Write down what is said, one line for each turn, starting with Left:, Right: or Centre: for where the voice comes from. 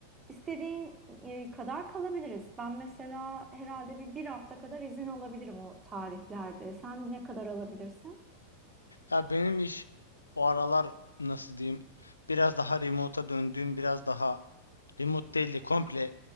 Right: İstediğin e, kadar kalabiliriz. Ben mesela herhalde bir, bir hafta kadar izin alabilirim o tarihlerde. Sen ne kadar alabilirsin?
Left: Ya benim iş o aralar nasıl diyeyim biraz daha remote'a döndüğüm biraz daha Remote değil de komple